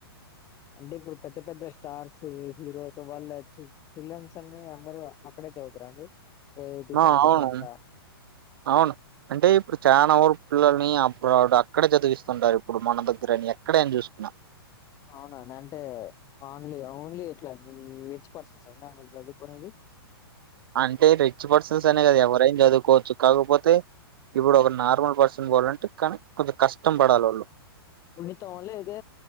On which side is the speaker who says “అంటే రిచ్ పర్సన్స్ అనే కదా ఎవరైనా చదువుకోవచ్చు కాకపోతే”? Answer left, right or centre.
Right